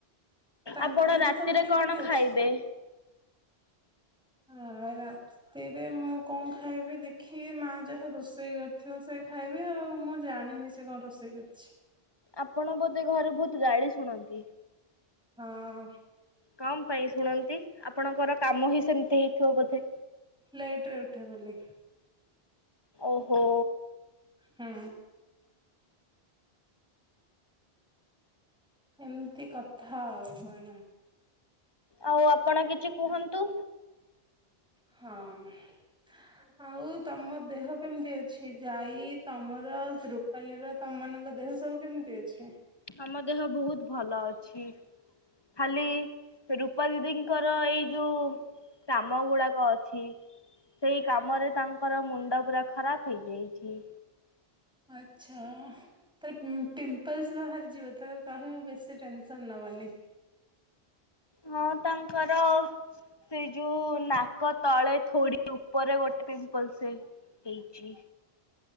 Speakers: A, in the centre; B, on the left.
A: ତାଙ୍କ
B: ଆପଣ
A: ଦେହ
B: ରାତିରେ
A: ସବୁ କେମିତି
B: କଣ
A: ଅଛି?
B: ଖାଇବେ?
A: ହଁ ରା ତିରେ ମୁଁ କଣ ଖାଇବି ଦେଖିବି ମା ଯାହା ରୋଷେଇ କରିଥିବ ସେ ଖାଇବି ଆଉ ମୁଁ ଜାଣିନି ସେ ସେ କଣ ରୋଷେଇ କରିଛି।
B: ଆପଣ ବୋଧେ ଘରେ ବହୁତ ଗାଳି ଶୁଣନ୍ତି?
A: ହଁ
B: କଁ ପାଇଁ ଶୁଣନ୍ତି, ଆପଣଙ୍କର କାମ ହିଁ ସେମ୍ ଦେଇଥିବ ବୋଧେ,
A: ଲେଟ ରେ ଉଠେ ବୋଲି
B: ଓହୋ।
A: ହୁଁ ଏମିତି କଥା ଆଉ କଅନା।
B: ଆଉ ଆପଣ କିଛି କୁହନ୍ତୁ?
A: ହଁ <unintelligible> ଆଉ ତମ ଦେହ କେମିତି ଅଛି? ଯାଇ, ତମର ରୂପାଲିର ତମ ମାନଙ୍କ ଦେହ ସବୁ କେମିତି ଅଛି?
B: ଆମ ଦେହ ବହୁତ ଭଲ ଅଛି, ଖାଲି ରୂପାଦିଦି ଙ୍କର ଏଇ ଯୋଉ କାମ ଗୁଡ଼ାକ ଅଛି ସେଇ କାମରେ ତାଙ୍କର ମୁଣ୍ଡ ପୁରା ଖରାପ ହେଇଯାଇଛି।
A: ଆଚ୍ଛା। ତାର ପିମ୍ପ ପିମ୍ପଲ୍ସ ବାହାରି ଯିବ ତାକୁ କହିବୁ ବେଶୀ ଟେନସନ୍ ନବନି।
B: ହଁ ତାଙ୍କର ସେ ଯୋଉ ନାକ ତଳେ ଥୋଡ଼ି ଉପରେ ଗୋଟେ ପିମ୍ପଲ୍ସ ସେଇ ହେଇଚି।